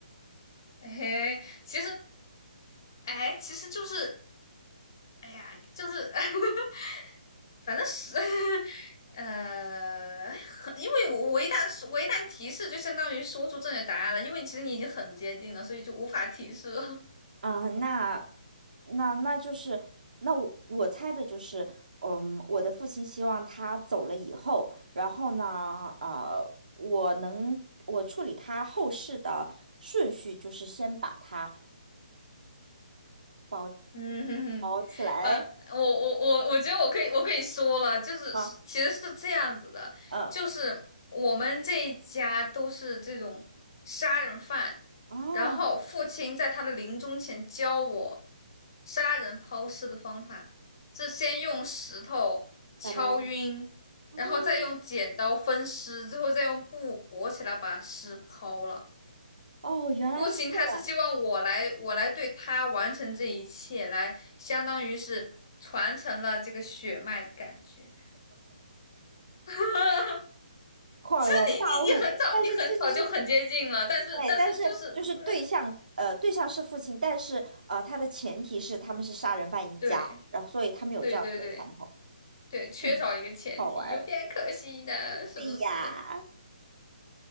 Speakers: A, on the left (about 30°); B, on the right (about 85°).
A: 哎，其实哎，其实就是哎呀，就是 <laughs> 反正是 <laughs> 呃，很因为我我一旦是我一旦提示，就相当于说出正确答案了，因为其实你已经很接近了，所以就无法提示了。
B: 啊，那那那就是那我我猜的就是，嗯，我的父亲希望他走了以后，然后呢，呃，我能我处理他后事的顺序就是先把他包
A: 嗯哼哼，
B: 包起来
A: 呃，我我我我觉得我可以我可以说了，就是是其实是这样子的，
B: 啊，嗯，
A: 就是我们这一家都是这种杀人犯，
B: 哦，
A: 然后父亲在他的临终前教我杀人抛尸的方法，是先用石头敲晕，
B: 拜拜，哦
A: 然后再用剪刀分尸，最后再用布裹起来把尸抛了。
B: 哦，原来是这样。
A: 父亲他是希望我来，我来对他完成这一切，来相当于是传承了这个血脉的感觉。<laughs>
B: 恍然大悟，
A: 就是你你你很早，
B: 但是其实是
A: 你很早就很接近了，但是但是就是，
B: 对，但是就是对象，
A: 嗯
B: 呃，对象是父亲，但是呃，他的前提是他们是杀人犯一家，
A: 对
B: 然后所以他们有这样子的传统。
A: 对对对对，缺少一个前提，
B: 嗯，好玩儿。
A: 有点可惜的，是不是？
B: 对呀，